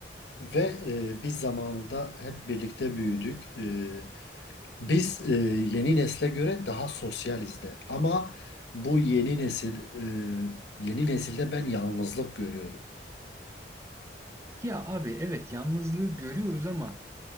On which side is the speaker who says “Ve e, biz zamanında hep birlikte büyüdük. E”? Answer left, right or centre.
Left